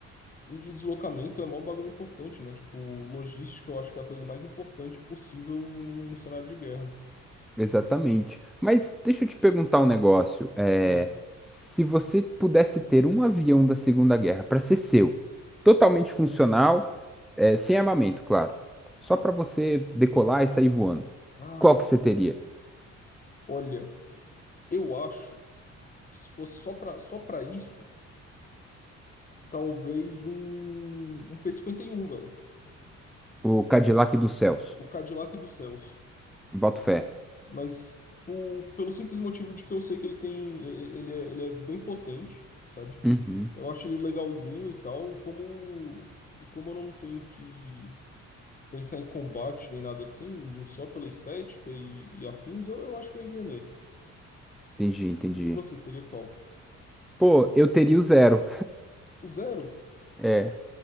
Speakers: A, on the left (about 30°); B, in the centre.
A: e deslocamento é mó bagulho importante, né? Tipo, logística eu acho que é a coisa mais importante possível num, cenário de guerra.
B: Exatamente. Mas deixa eu te perguntar um negócio. É,
A: Ah,
B: se você pudesse ter um avião da Segunda Guerra para ser seu, totalmente funcional, é, sem armamento, claro, só para você decolar e sair voando,
A: cara,
B: qual que você teria?
A: olha, eu acho que se fosse só pra, só pra isso, talvez um, um p cinquenta e um velho.
B: O Cadillac dos céus.
A: O Cadillac dos céus.
B: Boto fé.
A: Mas po- pelo simples motivo de que eu sei que ele tem. e- Ele é, ele é bem potente, sabe?
B: Uhum,
A: Eu acho ele legalzinho e tal, e como. E como eu não tenho que pensar em combate nem nada assim, indo só pela estética e, e afins, eu, eu acho que eu iria nele.
B: entendi, entendi.
A: E você teria qual?
B: Pô, eu teria o zero.
A: O zero?
B: É,